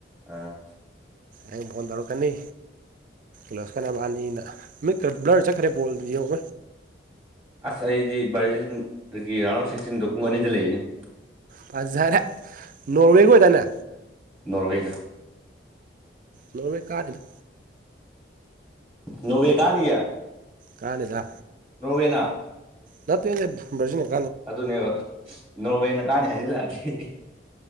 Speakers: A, in the centre; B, on the right.
A: ꯑꯥ
B: ꯑ ꯐꯣꯟ ꯇꯔꯛꯀꯅꯤ ꯂꯣꯁ ꯀꯅꯥꯕꯥꯅꯤꯅ ꯃꯤ ꯕ꯭ꯂꯔ ꯆꯠꯈ꯭ꯔꯦ ꯄꯣꯜ ꯌꯦꯡ
A: ꯑꯁ ꯑꯩꯗꯤ ꯕꯥꯔꯖꯗꯒꯤ ꯔꯥꯎꯟ ꯁꯤꯛꯁꯇꯤꯟꯗꯣ ꯄꯨꯡ ꯑꯅꯤꯗ ꯂꯩꯅꯤ
B: ꯄꯥꯁꯖꯔ ꯅꯋꯦꯒꯣꯏꯗꯅ
A: ꯅꯣꯔꯋꯦ ꯀ
B: ꯅꯃꯅꯦ ꯀꯥꯗꯅ
A: ꯅꯣꯋꯦ ꯀꯥꯅꯤꯌꯦ
B: ꯀꯥꯂꯗ
A: ꯅꯣꯋꯦꯅꯥ
B: ꯂꯄꯤꯗꯤꯕꯖ ꯆ
A: ꯑꯗꯨꯅꯦꯕ ꯅꯣꯋꯦꯅ ꯀꯥꯟꯅꯤ ꯍꯥꯏꯖꯤꯜꯂꯛꯑꯗꯤ